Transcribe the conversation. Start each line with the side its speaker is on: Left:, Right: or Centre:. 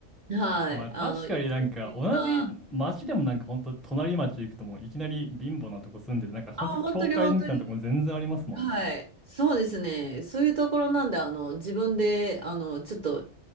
Right: はい。
Centre: まあ確かになんか同じ町でもなんかほんと隣町行くともういきなり貧乏なとこ住んでてなんかほんと教会みたいなとこも全然ありますもんね。
Right: あの、行き来自由な、あ、本当に本当に、はい。そうですね。そういうところなんで、あの、自分で、あの、ちょっと、